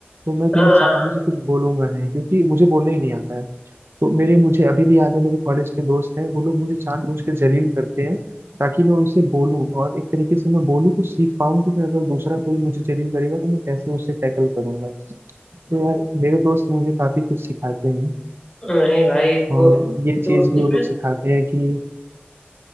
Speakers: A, on the right (about 70°); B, on the left (about 20°).
A: तो मैं तुम्हें
B: हाँ
A: सामने से कुछ बोलूंगा नहीं क्योंकि मुझे बोलना ही नहीं आता है तो मेरे मुझे अभी भी याद है मेरे कॉलेज के दोस्त हैं वो लोग मुझे जानबूझ के जलील करते हैं ताकि मैं उनसे बोलूं और एक तरीके से मैं बोलूं तो सीख पाऊं कि मैं अगर दूसरा कोई मुझे जलील करेगा तो मैं कैसे उसे टैकल करूंगा तो यार मेरे दोस्त मुझे काफी कुछ सिखाते हैं
B: हाँ, नहीं भाई दोस्त
A: और ये चीज
B: दोस्ती
A: भी वो लोग
B: में
A: सिखाते हैं कि